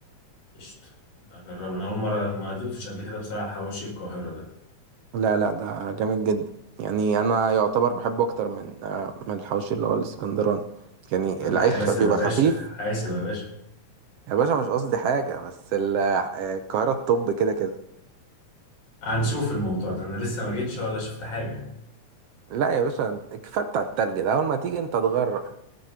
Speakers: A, on the left; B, on the right.
A: قشطة اجربه انا اول مره ما دقتش قبل كده بصراحه حواوشي القاهره ده
B: لا لا ده جامد جدا يعني انا يعتبر بحبه اكتر من آه، من الحوش اللي هو الاسكندراني يعني
A: لا
B: العيش
A: حاسب
B: خ... بيبقى
A: يا باشا
B: خفيف
A: حاسب يا باشا
B: يا باشا مش قصدي حاجه بس ال- آه، القاهره الطب كده كده
A: هنشوف الموضوع ده انا لسه ما جيتش ولا شفت حاجة
B: لا يا باشا الكفايه بتاع التلج ده اول ما تيجي انت تغرق